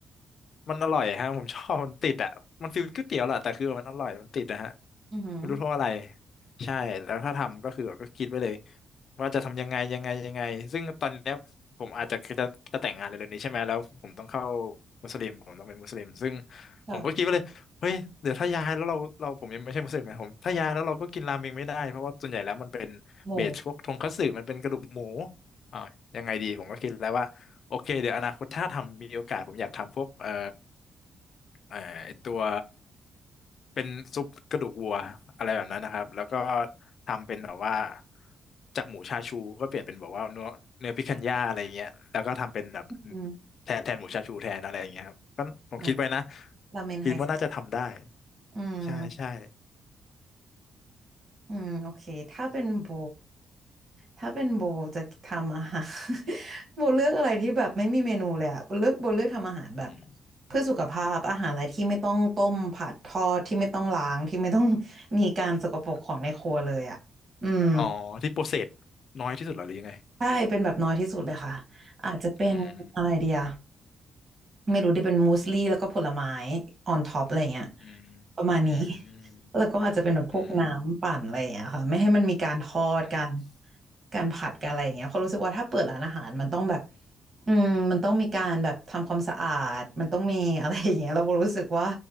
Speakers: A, on the left; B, on the right.
A: มันอร่อยฮะผมชอบมันติดอ่ะมันฟีลก๋วยเตี๋ยวแหละแต่คือมันอร่อยมันติดนะฮะ
B: อือหือ
A: ไม่รู้เพราะอะไรใช่แล้วถ้าทำก็คือแบบก็คิดไว้เลยว่าจะทำยังไงยังไงยังไงซึ่งตอนเนี้ยผมอาจจะจะจะแต่งงานเร็วๆนี้ใช่ไหมแล้วผมต้องเข้า มุสลิมผมต้องเป็นมุสลิมซึ่ง
B: ค่ะ
A: ผมก็คิดว่าเลยเฮ้ยเดี๋ยวถ้าย้ายแล้วเราเราผมยังไม่ใช่มุสลิมนะผมถ้าย้ายแล้วเราก็กินราเมงไม่ได้เพราะว่าส่วนใหญ่แล้วมันเป็นเบสพวกทงคัตสึมันเป็นกระดูกหมู
B: หมู
A: อ่าวยังไงดีผมก็คิดแล้วว่า โอเคเดี๋ยวอนาคตถ้าทำมีโอกาสผมอยากทำพวกเอ่อเอ่อไอ้ตัวเป็นซุปกระดูกวัวอะไรแบบนั้นนะครับแล้วก็ทำเป็นแบบว่าจากหมูชาชูก็เปลี่ยนเป็นแบบว่าเนื้อเนื้อพิคันย่าอะไรเงี้ยแล้วก็ทำเป็นแบบ
B: อืม
A: แทนแทนหมูชาชูแทนอะไรอย่างเงี้ยครับก็ผมคิดไว้นะ
B: นะราเมนไฮสเป
A: คิดว่าน่าจะทำได้
B: อืม
A: ใช่ใช่
B: อืมโอเคถ้าเป็นโบถ้าเป็นโบจะทำอาหาร <laughs> โบเลือกอะไรที่แบบไม่มีเมนูเลยอะโบเลือกโบเลือกทำอาหารแบบ
A: อืม
B: เพื่อสุขภาพอาหารอะไรที่ไม่ต้องต้มผัดทอดที่ไม่ต้องล้างที่ไม่ต้องมีการสกปรกของในครัวเลยอะอืม
A: อ๋อที่โปรเซสน้อยที่สุดเหรอหรือยังไง
B: ใช่เป็นแบบน้อยที่สุดเลยค่ะอาจจะเป็นอะไรเดีย
A: อืม
B: ไม่รู้ได้เป็นมูสลี่แล้วก็ผลไม้ออนท็อปอะไรเงี้ย
A: อืม
B: ประมาณนี้
A: อื
B: <laughs>
A: ม
B: แล้วก็อาจจะเป็นแบบพวกน้ำปั่นอะไรอย่างเงี้ยค่ะไม่ให้มันมีการทอดการ
A: อืมอ๋อ
B: การผัดการอะไรอย่างเงี้ยเพราะรู้สึกว่าถ้าเปิดร้านอาหารมันต้องแบบอืมมันต้องมีการแบบทำความสะอาดมันต้องมีอะไรอย่างเงี้ยเรารู้สึกว่า